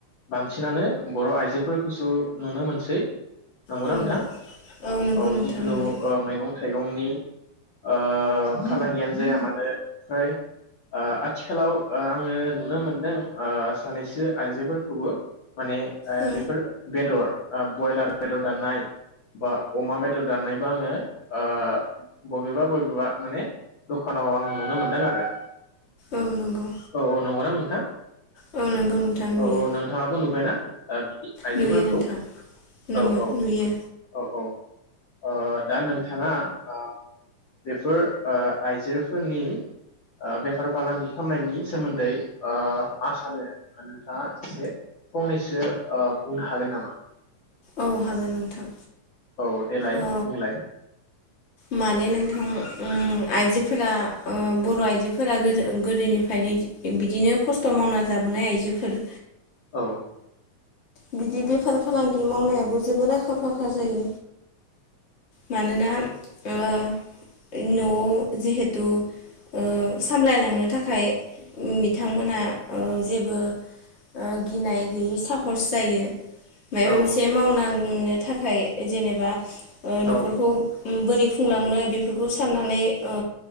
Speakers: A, on the left; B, on the left.
A: बांसिनानो बर आइजोफोरखौ सो नुनो मोनसै नंगौना
B: औ
A: नोंथां
B: नंगौ
A: औ
B: नोंथां
A: जिखुनु
B: नुयो
A: ओ मैगं थाइगंनि ओ फालांगियानो जाया मानो ओमफ्राय ओ आथिखालाव ओ आङो नुनो मोनदों ओ सानैसो आइजोफोरखौबो माने ओ
B: औ
A: बेफोर बेदर ओ बयलार बेदर दाननाय बा अमा बेदर दाननायबो आङो ओ बबेबा बबेबा माने दखानाव आं नुनो मोनदों आरो
B: औ नंगौ
A: औ औ नंगौना नोंथां
B: औ नंगौ नोंथां नुयो
A: औ औ नोंथाङाबो नुबायना ओ बिदि आइजोफोरखौ
B: नुयो नोंथां नोङो
A: औ औ
B: नुयो
A: औ औ ओ दा नोंथाङा ओ बेफोर ओ आइजोफोरनि ओ बेफार फालांगि खालामनायनि सोमोन्दै ओ मा सानो नोंथाङा एसे फंनैसो ओ बुंनो हागोन नामा
B: औ हागोन नोंथां
A: औ देलाय
B: औ
A: बुंलाय
B: माने नोंथां उम आइजोफोरा ओ बर आइजोफोरा गोदोनिफ्रायनो बिदिनो खस्थ मावना जाबोनाय आइजोफोर
A: औ
B: बिदि बेफार फालांगि मावनायावबो जोबोद आखा फाखा जायो मानोना ओ नआव जिहेथु ओ सामलायलांनो थाखाय बिथांमोना ओ जेबो ओ गिनाय गैयै साहस जायो मायबा
A: औ
B: मोनसे <unintelligible> थाखाय जेनेबा ओ नखरखौ
A: औ
B: उम बोरै खुंलांनो बेफोरखौ सा साननानै ओ